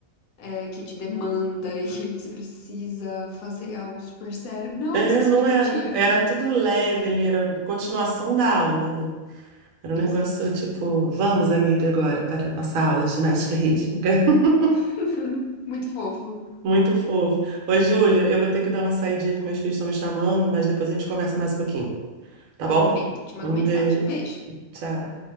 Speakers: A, on the left; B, on the right.
A: é, que te demanda e <laughs> você precisa fazer algo super sério. Não,
B: É,
A: você se
B: não
A: divertia.
B: era. Era tudo leve ali, era continuação da aula, Era um
A: Exato.
B: negócio tipo, vamos, amiga, agora para a nossa aula de ginástica rítmica. <laughs>
A: <laughs> Muito fofo.
B: Muito fofo. Oi, Júlia, eu vou ter que dar uma saidinha que meus filhos estão me chamando, mas depois a gente conversa mais um pouquinho, tá
A: Perfeito.
B: bom?
A: Te mando
B: Um
A: mensagem.
B: beijo.
A: Beijo.
B: Tchau.